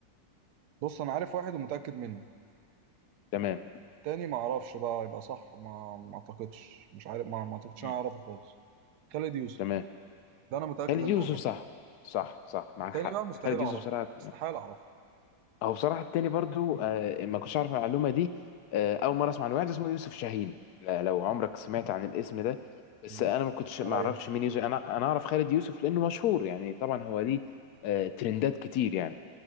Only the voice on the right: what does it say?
بص انا عارف واحد ومتاكد منه
تاني ما اعرفش بقى يبقى صح ما ما اعتقدش مش عارف ما ما اعتقدش
انا اعرفه خالص خالد يوسف
ده انا متاكد
انه
صح
تاني
بقى مستحيل
اعرفه
مستحيل اعرفه
امم
مش
عليا